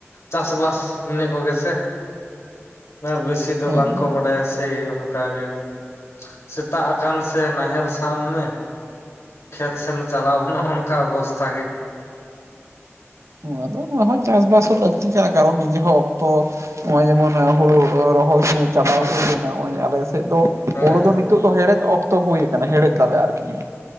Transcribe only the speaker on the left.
ᱪᱟᱥᱵᱟᱥ ᱤᱱᱟᱹ ᱠᱚᱜᱮ ᱥᱮ, ᱟᱨ ᱵᱮᱥᱼᱼ ᱫᱚ
ᱵᱟᱝ ᱠᱚ ᱵᱟᱰᱟᱭᱟ ᱥᱮᱭ ᱚᱱᱠᱟ ᱜᱮ ᱾ ᱥᱮᱛᱟᱜ ᱟᱠᱟᱱ ᱥᱮ ᱱᱟᱦᱮᱞ ᱥᱟᱢ ᱢᱮ - ᱠᱷᱮᱛ ᱥᱮᱱ ᱪᱟᱞᱟᱣ ᱚᱱᱮ ᱚᱱᱠᱟ ᱚᱵᱚᱥᱛᱛᱟ ᱜᱮ᱾
ᱦᱳᱭ
ᱦᱳᱭ